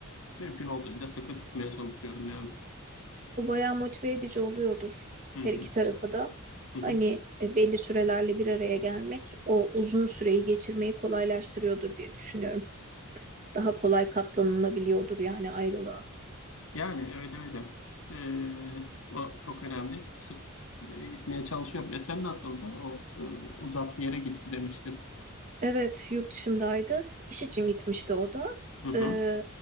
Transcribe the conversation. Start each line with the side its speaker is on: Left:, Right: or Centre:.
Left: mümkün olduğunca sıkı tutmaya çalışıyorum yani.
Right: o bayağı motive edici oluyordur
Left: Hı
Right: her
Left: hı.
Right: iki tarafı da.
Left: Hı hı.
Right: Hani e, belli sürelerle bir araya gelmek o uzun süreyi geçirmeyi kolaylaştırıyordur diye düşünüyorum. Daha kolay katlanılabiliyordur yani ayrılığa.
Left: Yani öyle öyle. Ee, o çok önemli. Sık e, gitmeye çalışıyorum. E sen nasıldı? O e, uzak bir yere gitti demiştin.
Right: Evet, yurt dışındaydı. İş için gitmişti o da.
Left: Hı hı.
Right: Ee,